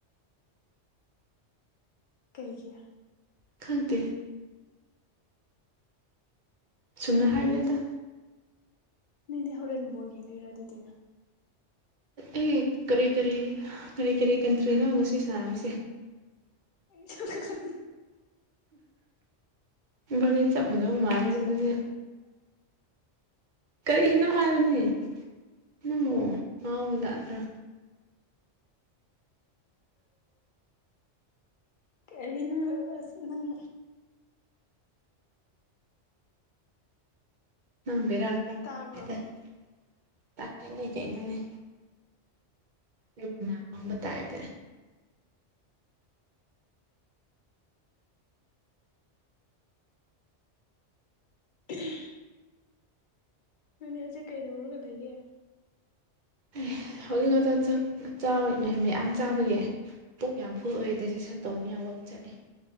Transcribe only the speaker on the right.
ꯈꯪꯗꯦ ꯆꯨꯝꯅ ꯍꯥꯏꯕꯅꯤꯗ
ꯑꯩ ꯀꯔꯤ ꯀꯔꯤ ꯀꯔꯤ ꯀꯔꯤ ꯀꯟꯇ꯭ꯔꯤꯅꯣ ꯉꯁꯤ ꯁꯥꯟꯅꯕꯁꯦ
ꯏꯕꯥꯅꯤ ꯆꯞ ꯃꯥꯟꯅꯕ ꯑꯗꯨꯗꯗꯤ ꯀꯔꯤꯅꯣ ꯍꯥꯏꯕꯅꯦ ꯅꯪꯉꯣ ꯉꯥꯎꯕꯖꯥꯠꯂꯥ
ꯅꯪꯕꯤꯔꯀꯗꯅꯤ
ꯀꯦ ꯅꯅꯦ ꯑꯩꯕꯨ ꯅꯥꯄꯪꯕ ꯇꯥꯏꯞꯇ
ꯑꯦ ꯍꯧꯖꯤꯛꯀꯛꯇ ꯆꯥꯛ ꯆꯥꯕꯒꯤ ꯍꯥꯝꯅꯦ ꯃꯌꯥꯝ ꯆꯥꯕꯒꯤ ꯄꯨꯛ ꯌꯥꯝ ꯐꯨꯜ ꯑꯣꯏ ꯗꯥꯏꯖꯦꯁꯟ ꯇꯧꯅꯤꯡꯉꯥꯏ ꯋꯥꯛ ꯆꯠꯂꯤ